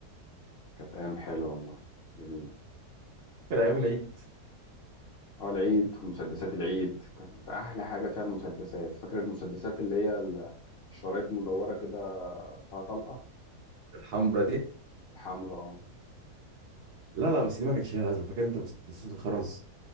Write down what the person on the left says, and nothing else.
كانت أيام حلوة والله جميلة
اه العيد ومسدسات العيد كانت أحلى حاجة فيها المسدسات فاكر المسدسات اللي هي ال- شرايط مدورة كده فيها طلقة
حمرا اه